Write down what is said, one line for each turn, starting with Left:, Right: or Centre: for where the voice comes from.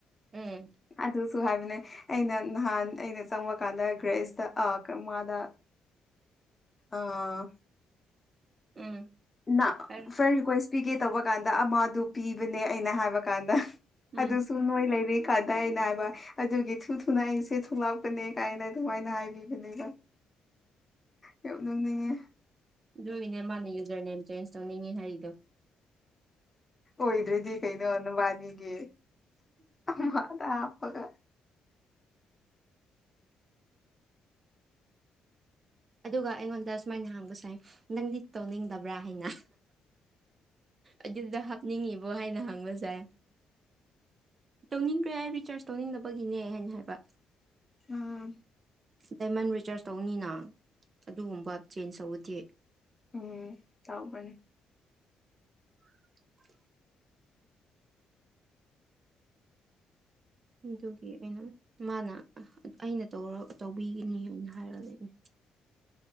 Right: ꯎꯝ
Left: ꯑꯗꯨꯁꯨ ꯍꯥꯏꯕꯅꯦ ꯑꯩꯅ ꯅꯍꯥꯟ ꯑꯩꯅ ꯆꯪꯕꯀꯥꯟꯗ ꯒ꯭ꯔꯦꯁꯇ ꯑꯥ ꯃꯥꯗ ꯑꯥ
Right: ꯎꯝ
Left: ꯅꯥ
Right: ꯍꯥꯏꯔꯣ
Left: ꯐ꯭ꯔꯦꯟ ꯔꯤꯀ꯭ꯋꯦꯁ ꯄꯤꯒꯦ ꯇꯧꯕ ꯀꯥꯟꯗ ꯑꯃꯗꯨ ꯄꯤꯕꯅꯦ ꯑꯩꯅ ꯍꯥꯏꯕ ꯀꯥꯟꯗ
Right: ꯎꯝ
Left: ꯑꯗꯨꯁꯨ ꯅꯣꯏ ꯂꯩꯕꯩ ꯀꯥꯗꯥ ꯑꯩꯅꯥ ꯍꯥꯏꯕ ꯑꯗꯨꯒꯤ ꯊꯨ ꯊꯨ ꯅꯥ ꯑꯩꯁꯦ ꯊꯣꯛꯂꯛꯄꯅꯦ ꯀꯥꯏꯅ ꯑꯗꯨꯃꯥꯏꯅ ꯍꯥꯏꯕꯤ ꯑꯗꯨꯅꯦꯀꯣ ꯌꯥꯝ ꯅꯣꯛꯅꯤꯡꯉꯦ
Right: ꯨꯑꯗꯨꯒꯤꯅꯦ ꯃꯥꯅ ꯌꯨꯖꯔ ꯅꯦꯝ ꯆꯦꯟꯖ ꯇꯧꯅꯤꯡꯉꯦ ꯍꯥꯏꯔꯤꯗꯣ
Left: ꯑꯣꯏꯗ꯭ꯔꯗꯤ ꯀꯩꯅꯣ ꯅꯕꯥꯅꯤꯒꯤ ꯑꯃꯗ ꯍꯥꯞꯄꯒ
Right: ꯑꯗꯨꯒ ꯑꯩꯉꯣꯟꯗ ꯁꯨꯃꯥꯏꯅ ꯍꯪꯕꯁꯥꯏ ꯅꯪꯗꯤ ꯇꯧꯅꯤꯡꯗꯕ꯭ꯔꯥ ꯍꯥꯏꯅ ꯑꯗꯨꯗ ꯍꯥꯞꯅꯤꯡꯉꯤꯕꯣ ꯍꯥꯏꯅ ꯍꯪꯕ ꯖꯥꯢ ꯇꯧꯅꯤꯡꯈ꯭ꯔꯦ ꯍꯥꯏ ꯔꯤꯆꯥꯔꯖ ꯇꯧꯅꯤꯡꯗꯕꯒꯤꯅꯦ ꯍꯥꯏꯅ ꯍꯥꯏꯕ
Left: ꯑꯥ
Right: ꯗꯥꯏꯃꯟ ꯔꯤꯆꯥꯔꯖ ꯇꯧꯅꯤꯅ ꯑꯗꯨꯒꯨꯝꯕ ꯆꯦꯟꯖ ꯇꯧꯕꯗꯤ
Left: ꯎꯝ ꯇꯧꯕꯅꯤ
Right: <inaudible> ꯑꯗꯨꯒꯤ ꯑꯩꯅ ꯃꯥꯅ ꯑꯩꯅ ꯇꯧꯔ ꯇꯧꯕꯤꯒꯅꯤ ꯍꯥꯏꯅ ꯍꯥꯏꯔ ꯂꯩꯕ <unintelligible>